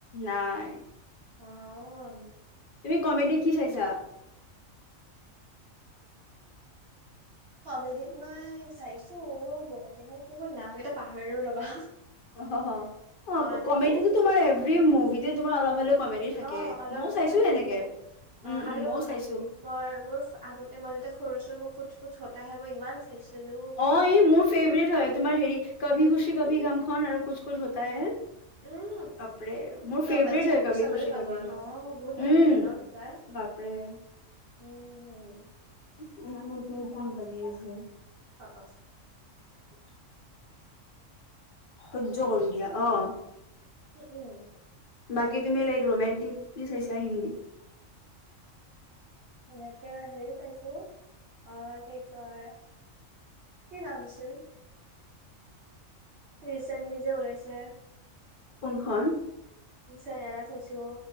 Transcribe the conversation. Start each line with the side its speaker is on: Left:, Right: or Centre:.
Left: নাই।
Right: হয়।
Left: তুমি কমেডি কি চাইছা?
Right: কমেডিত মই চাইছো বহুকেইখন মই নামকেইটা পাহৰিলো ৰ'বা।
Left: অহ অহ
Right: অ তুমি
Left: কমেডিটো তোমাৰ এভৰি মুভি। যি তোমাৰ অলপ হলেও কমেডি থাকে
Right: অহ অলপ
Left: মইও
Right: হলেও
Left: চাইছো
Right: থাকে
Left: সেনেকে
Right: অহ
Left: উম
Right: আৰু
Left: উম মইও চাইছো
Right: মই মোৰ আগতে মই যেতিয়া সৰু আছিলো মোৰ কুচ কুচ হতা হে মই ইমান চাইছিলো
Left: অহ ই মোৰ ফেভৰেট হয় তোমাৰ হেৰি, কভি খুচি
Right: উম
Left: কভি কি কভিগমখন আৰু কুচ কুচ হটা হে
Right: উম
Left: বাপৰে মোৰ
Right: চব
Left: ফেভৰেট
Right: বাচ্ছা
Left: হয়ে
Right: সেইটো
Left: কভি
Right: চাবলে
Left: খুচি
Right: পাগল
Left: কভিগম
Right: অ বহুত ভাল
Left: উম
Right: লাগে ন চাই
Left: বাপৰে।
Right: উম
Left: <unintelligible> দি আছে।
Right: অহ‌ অহ।
Left: <unintelligible> সহ্য কৰি দিয়া অহ।
Right: উম উম।
Left: বাকী তুমি লাইক ৰোমেণ্টিক কি চাইছা হিন্দী।
Right: সেনেকে হেৰি খাইছো অহ কি কয় কি নাম আছিল। ৰিচেণ্টলি যে ওলাইছে।
Left: কোনখন।
Right: নি চাই এৰা চাইছো।